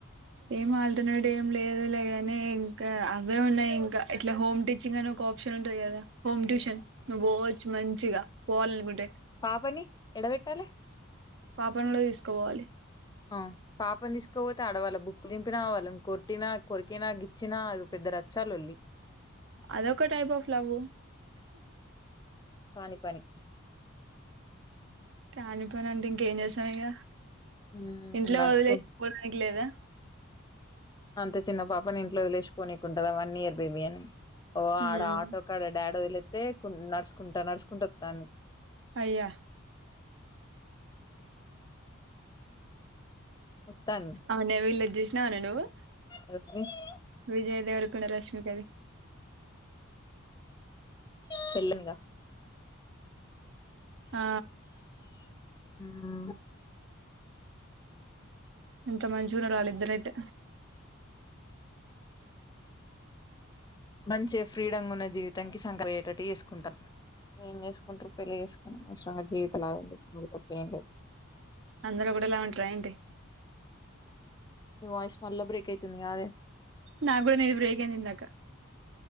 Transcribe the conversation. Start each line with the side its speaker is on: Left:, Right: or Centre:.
Right: ఏం ఆల్టర్నేట్ ఏం లేదు లేగానే ఇంకా అవే ఉన్నాయి ఇంకా ఇట్లా హోమ్ టీచింగ్ అని ఒక ఆప్షన్ ఉంటంది కదా హోమ్ ట్యూషన్ నువ్వు పోవచ్చు మంచిగా పోవాల అనుకుంటే
Left: పాపని యాడవెట్టాలే
Right: పాపను కూడా తీసుకోపోవాలి
Left: ఆ పాపం తీసుకోపోతే ఆడవాళ్ళ బుక్కు దింపినా వాళ్ళని కొట్టినా కొరికినా గిచ్చినా అ పెద్ద రచ్చా లొల్లి
Right: అదొక టైప్ ఆఫ్ లవ్వు
Left: కాని పని
Right: కాని పని అంటే ఇంకేం చేశాను ఇక
Left: మ్మ్
Right: ఇంట్లో
Left: నడుచుకుం
Right: వదిలేపోవడానికి లేదా
Left: అంతే చిన్న పాపని ఇట్లో వదిలేచకోని ఉంటుదా వన్ ఇయర్ బేబీ అని ఓ
Right: హ్మ్
Left: ఆడ ఆటో కడ డాడో వదిలేస్తే నడుచకుంటా నడుచుకుంటూ వస్తాను
Right: అయ్యా
Left: వత్తాంది
Right: అవునే <unintelligible> <unintelligible> నువ్వు
Left: <unintelligible>
Right: విజయ్ దేవరకొండ రష్మికది
Left: పెళ్లనిగా
Right: ఆ
Left: ఉమ్
Right: ఎంత మంచిగున్నరు వాళ్ళిద్దరయితే.
Left: మంచిగ ఫ్రీడమ్ గున్న జీవితంకి, సంక అరిగేటట్టు చేసుకుంటార్రు. ఉమ్ కుంటరు పెళ్లి చేస్ అనవసరంగా జీవితాలు ఆగం చేస్కునుడు తప్ప ఏం లేదు.
Right: అందరోకటే లాగా ఉంటరా ఏంటి?
Left: వాయిస్ మళ్ళా బ్రేక్ అయితుంది కాదే?
Right: నాక్కూడ, నీది బ్రేక్ అయింది ఇందాకా.